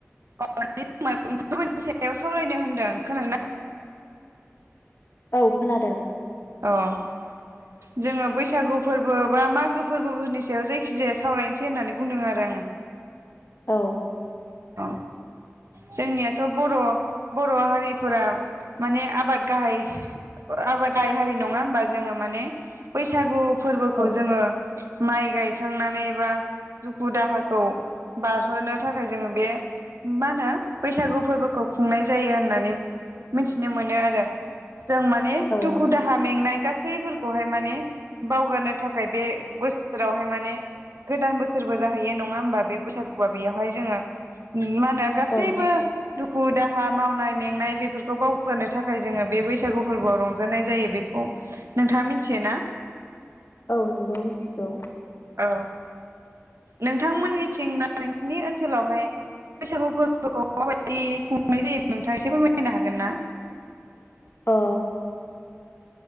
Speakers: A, on the right; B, on the left.
A: अ <unintelligible> फोरबोनि सायाव सावरायनो होनदों खोनादोंना
B: औ खोनादों
A: अ जोङो बैसागु फोरबो बा मागो फोरबोफोरनि सायाव जायखि जाया सावरायनोसै होननानै बुंदों आरो आङो
B: औ
A: औ जोंनियाथ' बर' बर' हारिफोरा माने आबाद गाहाय आबाद गाहाय हारि नङा होमबा जोङो माने बैसागु फोरबोखौ
B: औ
A: जोङो माइ गायखांनानै बा दुखु दाहाखौ बारहोनो थाखाय जोङो मा होनो बैसागु फोरबोखौ खुंनाय जायो होननानै मिथिनो मोनो आरो जों माने
B: औ
A: दुखु दाहा मेंनाय गासैफोरखौहाय माने बावगारनो थाखाय बे बो बोसोरावहाय माने गोदान बोसोरबो जाहैयो नङा होमबा बे बैसागुआ बेयावहाय जोङो <unintelligible> गासैबो
B: औ
A: दुखु दाहा मावनाय मेंनाय बेफोरखौ बावगो थाखाय थाखाय जोङो बे बैसागु फोरबोआव रंजानाय जायो बे नोंथाङा मिथियो ना?
B: औ नोंगौ मिथिगौ
A: औ। नोंथांमोननिथिंना नोंसिनि ओनसोलावहाय बैसागु फोरबोखौ माबायदि खुंनाय जायो नोंथां एसे फोरमायायनो हागोन ना?
B: अ